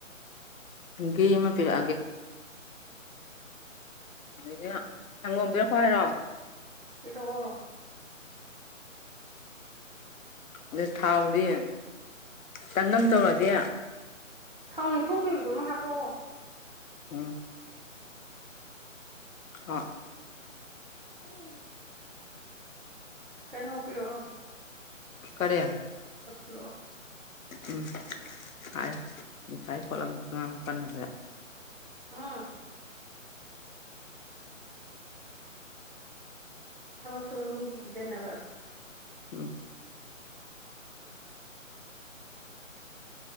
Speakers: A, on the left; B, on the right.
A: ꯒꯤꯃ ꯄꯒꯦ ꯑꯗꯒꯤ ꯁꯪꯒꯣꯝꯕꯤꯔꯣꯈꯣ ꯍꯥꯏꯔꯣ
B: ꯍꯜꯂꯣꯑꯣ
A: ꯑꯗ ꯊꯥꯎꯗꯤ ꯇꯪꯒꯝ ꯇꯧꯔꯗꯤ
B: ꯊꯥꯎꯟꯅꯤꯡꯝꯐꯨ ꯄꯤꯕꯗꯨꯃ ꯍꯥꯄꯣ
A: ꯎꯝ ꯑ
B: ꯀ ꯂꯩ ꯂꯩ ꯀꯩꯅꯣ ꯄꯤꯌꯣ
A: ꯀꯔꯦ
B: ꯔꯣ
A: ꯎꯝ ꯍꯥꯏ ꯊꯥꯏ ꯄꯂ ꯑꯃꯗ ꯀꯥꯟ ꯀꯥꯟ ꯅꯗ
B: ꯍꯥꯥ ꯊꯕꯛ ꯁꯨꯔ ꯃꯤꯒꯤ ꯄꯤꯖꯅꯕ
A: ꯎꯝ